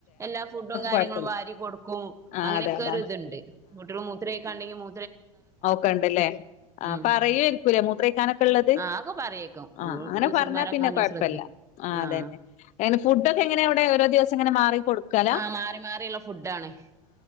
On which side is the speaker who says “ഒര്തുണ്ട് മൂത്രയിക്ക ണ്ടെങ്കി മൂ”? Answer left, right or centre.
Right